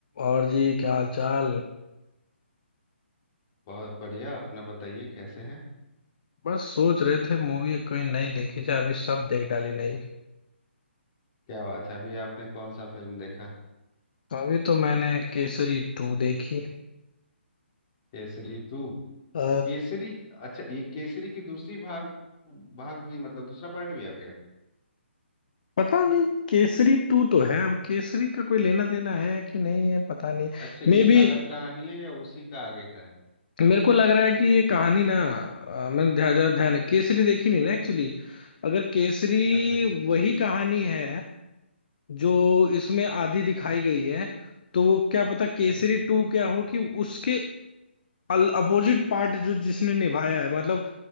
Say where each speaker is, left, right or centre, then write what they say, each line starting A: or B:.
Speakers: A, on the left (about 45°); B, on the left (about 25°).
A: और जी क्या हाल चाल
B: बहुत बढ़िया अपना बताइए कैसे हैं
A: बस सोच रहे थे मूवी कोई नई देखी जाए अभी सब देख डाली नहीं
B: क्या बात है अभी आपने कौन सा फिल्म देखा
A: अभी तो मैंने केसरी टू देखी
B: केसरी टू
A: अ,
B: केसरी अच्छा ये केसरी की दूसरी भाग भाग भी मतलब दूसरा पार्ट भी आ गया
A: पता नहीं केसरी टू तो है अब केसरी का कोई लेना देना है कि नहीं है पता नहीं
B: अच्छा ये
A: मे बी
B: अलग कहानी है या उसी का आगे का है
A: मेरे को लग रहा है कि ये कहानी ना अ, मैंने ध्यान ध्यान- ध्यान- केसरी देखी नहीं ना एक्चुअली अगर केसरी
B: अच्छा अच्छा अच्छा
A: वही कहानी है जो इसमें आधी दिखाई गई है तो वो क्या पता केसरी
B: हम्म
A: टू क्या हो कि उसके अपोजिट पार्ट जो जिसने निभाया है मतलब